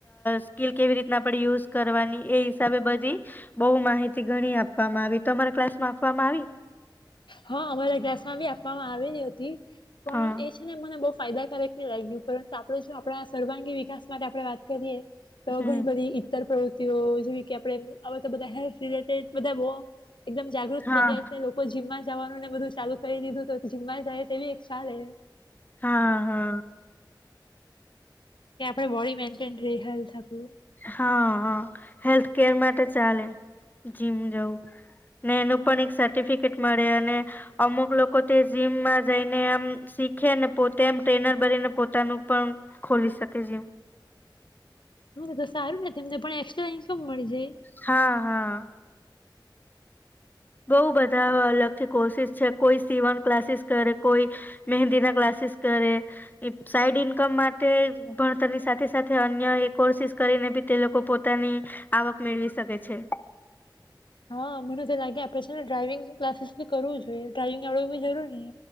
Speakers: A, on the left; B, on the left.
A: સ્કીિલ કેવી રીતના આપણે યુઝ કરવાની એ હિસાબે બધી બહુ માહિતી ઘણી આપવામાં આવી તો અરા ક્લાસમાં આપવામાં આવી
B: હા, અમારા ગ્લાસ માં બી આપવામાં, આવે નતી પણ
A: હા
B: એ છે, ને મને બહુ ફાયદાકારક નહી લાગ્યું પરંતુ આપણે જો આપણા સર્વાંગી વિકાસ માટે આપણે વાત કરીએ તો
A: હમ
B: ઘણી બધી ઈતર પ્રવૃતિ તે જેમ કે આપ તો બધા હેલ્થ રિલેટેડ બધા એકદમ જાગૃત
A: હા
B: થઈ ગાય છે લોકો જીમમાં જવાનું ને, બધું ચાલુ કરી દીધું તો જીમમાં જાય તેવી એક ચલ હમ,
A: હા હા
B: કે આપણે બોડી મેન્ટેન રહી હેલ્થ ઓ
A: હા હા હેલ્થકેર માટે ચાલે જીમ જવું ને એનું પણ એક <unintelligible> મળે અને અમુક લોકો તે જીમમાં જઈને એમ શીખે ને પોતે એમ ટ્રેનર ભરીને પોતાનું પણ ખોલી શકે જીમ
B: હને તો સારું ને તેમને પણ એક્સ્ટ્રા ઇન્કમ મળી જાય
A: હા હા બહ બધા અલગથી કોર્સિસ છે, કોઈ સીવન ક્લાસીસ કરે કોઈ મહેંદીના ક્લાસીસ કરે સાઈડ ઈન્કમ માટે ભણતરની સાથે સાથે અન્ય એ કોર્સિસ કરીને બી તે લોકો પોતાની આવક મેળવી શકે છે.
B: હા મને તો લાગે આપડે ને ડ્રાઈવિંગ ક્લાસીસ બી કરવું જોઈએ ડ્રાઈિંગ આવવ બી જરૂર ન